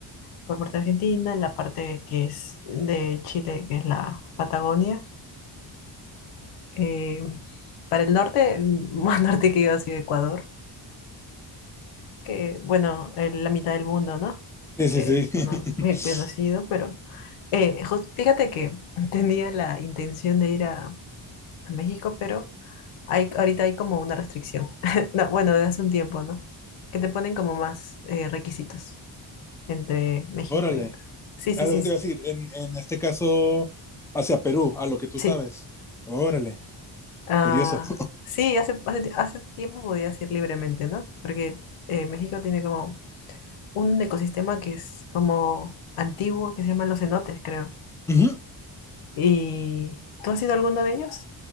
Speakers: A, on the left; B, in the centre.
A: por parte de Argentina, la parte que es de Chile, que es la Patagonia Eh, para el norte, el más <laughs> norte que he ido ha sido Ecuador, que bueno, en la mitad del mundo, ¿no?
B: Sí,
A: Que
B: sí,
A: es
B: sí.
A: uno
B: <laughs>
A: bien conocido, pero eh, jus- fíjate que <laughs> tenía la intención de ir a, a México, pero hay, ahorita hay como una restricción. <laughs> No, bueno, desde hace un tiempo, ¿no? Que te ponen como más eh, requisitos entre México
B: Órale.
A: y Perú. Sí, sí,
B: A lo
A: sí,
B: que
A: sí.
B: te iba a decir, en, en este caso, hacia Perú, a lo que tú
A: Sí,
B: sabes. Órale.
A: Ah,
B: curioso.
A: sí hace, hace, hace tiempo podías ir libremente, ¿no? Porque eh, México tiene como un ecosistema que es como antiguo, que se llaman los cenotes, creo.
B: <laughs> Ujú.
A: ¿Y tú has ido a alguno de ellos?